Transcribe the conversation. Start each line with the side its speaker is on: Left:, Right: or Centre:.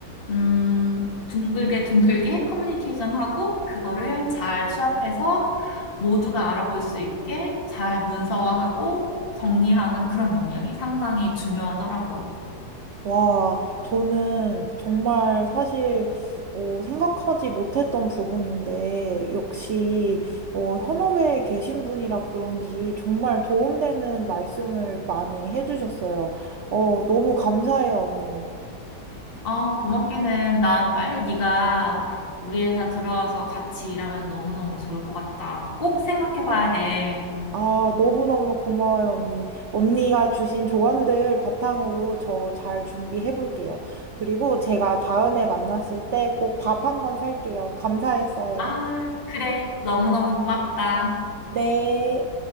Left: 음, 둥글게 둥글게 커뮤니케이션 하고, 그거를 잘 취합해서 모두가 알아볼 수 있게 잘 문서화하고 정리하는 그런 역량이 상당히 중요하더라고.
Right: 와, 저는 정말 사실, 어, 생각하지 못했던 부분인데, 역시, 어, 현업에 계신 분이라 그런지 정말 도움되는 말씀을 많이 해주셨어요. 어, 너무 감사해요, 언니.
Left: 아, 고맙기는 난 빨리 네가 우리 회사 들어와서 같이 일하면 너무너무 좋을 것 같다. 꼭 생각해 봐야 돼.
Right: 아, 너무너무 고마워요, 언니. 언니가 주신 조언들 바탕으로 저 잘 준비해 볼게요. 그리고 제가 다음에 만났을 때 꼭 밥 한번 살게요. 감사했어요.
Left: 아, 그래. 너무너무 고맙다.
Right: 네.